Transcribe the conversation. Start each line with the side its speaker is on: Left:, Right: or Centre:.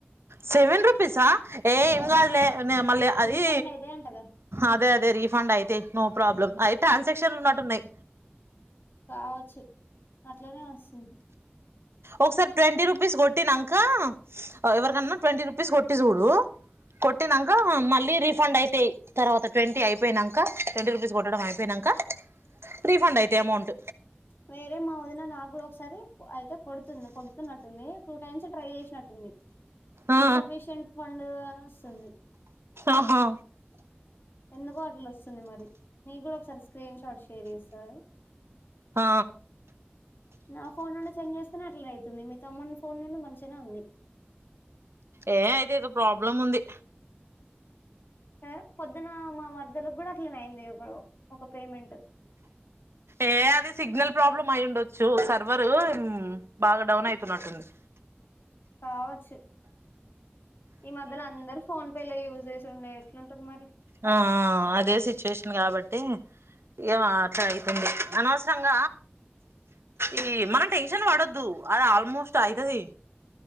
Right: సెవెన్ రుపీసా ఏ ఎం
Left: ఆ
Right: కాదులే నే ను మళ్లీ అది
Left: రిఫండ్ అయితాయి అంట కదా
Right: అదే అదే రీఫండ్ అయితాయి నో ప్రాబ్లం అవి ట్రాన్సాక్షన్ల ఉన్నట్టు ఉన్నాయి
Left: కావచ్చు అట్లనే వస్తుంది
Right: ఒకసారి ట్వంటీ రూపీస్ కొట్టినంక ఎవరికన్నా ట్వంటీ రూపీస్ కొట్టి చూడు కొట్టినంక మళ్లీ రీఫండ్ అయితాయి తర్వాత ట్వంటీ అయిపోయినంక ట్వంటీ రూపీస్ కొట్టడం అయిపోయినంక క రీఫండ్ అయితయి అమౌంట్
Left: వేరే మా వదిన నాకు కూడా ఒకసారి అయితే కొడుతుంది కొడుతున్నట్టుంది టూ టైమ్స్ ట్రై చేసినట్టుంది
Right: ఆ
Left: ఇన్సఫిషియంట్ ఫండ్ అని వస్తుంది
Right: ఆహా
Left: ఎందుకో అట్ల వస్తుంది మరి నీకు కూడా ఒకసారి స్క్రీన్ షాట్ షేర్ చేస్తా
Right: ఆ
Left: నా ఫోన్ నుండి సెండ్ చేస్తేనే అట్ల అయితుంది మీ తమ్ముడి ఫోన్ నుండి మంచిగానే ఉంది
Right: ఏ అయితే ఏదో ప్రాబ్లం ఉంది
Left: ఎ పొద్దున మా మర్దలుకు కూడా అట్లనే అయింది ఒక ఒక పేమెంట్
Right: ఏ అది సిగ్నల్ ప్రాబ్లమ్ అయి ఉండొచ్చు సర్వరు బాగా డౌన్ అయితున్నట్టుంది
Left: కావచ్చు ఈ మధ్యల అందరు ఫోన్ పే లే యూజ్ చేసి ఉండే ఎట్లుంటది మరి
Right: ఆ ఆ అదే సిచ్యుయేషన్ కాబట్టి ఇగ అట్ల అయితుంది అనవసరంగ ఈ మనం టెన్షన్ పడొద్దు అది ఆల్మోస్ట్ అయితది